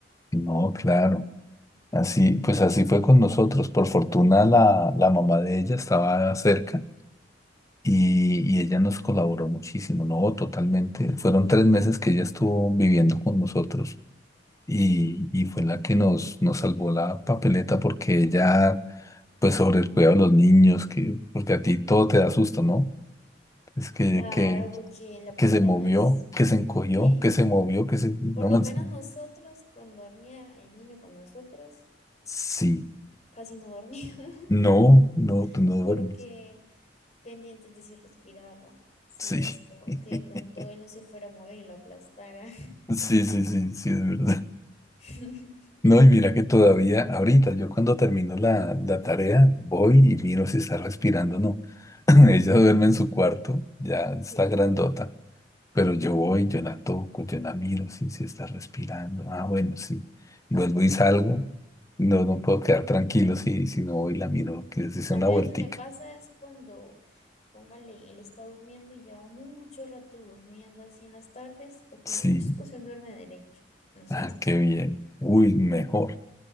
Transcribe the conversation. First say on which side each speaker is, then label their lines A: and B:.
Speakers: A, on the left (about 20°); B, on the left (about 40°).
A: no, claro. Así, pues así fue con nosotros. Por fortuna la, la mamá de ella estaba cerca. y, y ella nos colaboró muchísimo, no, totalmente. Fueron tres meses que ella estuvo viviendo con nosotros y, y fue la que nos, nos salvó la papeleta porque ella, pues sobre el cuidado de los niños, que, porque a ti todo te da susto, ¿no? Es que,
B: Claro,
A: que,
B: porque la primera
A: que se movió,
B: vez,
A: que se
B: <laughs>
A: encogió,
B: sí,
A: que se movió, que se... No,
B: por lo
A: en
B: menos
A: serio.
B: nosotros, cuando dormía el niño con nosotros,
A: sí.
B: casi no dormíamos, <laughs>
A: No, no, tú no duermes.
B: porque pendientes de si respiraba, si
A: Sí.
B: esto,
A: <laughs>
B: que de pronto él no se fuera a mover y lo aplastara.
A: Sí, sí, sí, sí, es verdad.
B: <laughs>
A: No, y mira que todavía, ahorita, yo cuando termino la, la tarea, voy y miro si está respirando o no. <laughs> <clears throat> Ella duerme en su cuarto, ya está
B: Sí,
A: grandota, pero yo voy, yo la toco, yo la miro, sí, sí está respirando. Ah, bueno, sí. Vuelvo y salgo. No, no puedo quedar tranquilo si, si no voy y la miro, que se sea
B: a
A: una
B: mí
A: vueltica.
B: a veces me pasa es cuando Póngale, él está durmiendo y lleva mucho rato durmiendo así en las tardes, porque
A: Sí,
B: en las noches pues él duerme derecho, no se
A: ah,
B: despierta.
A: qué bien. Uy, mejor.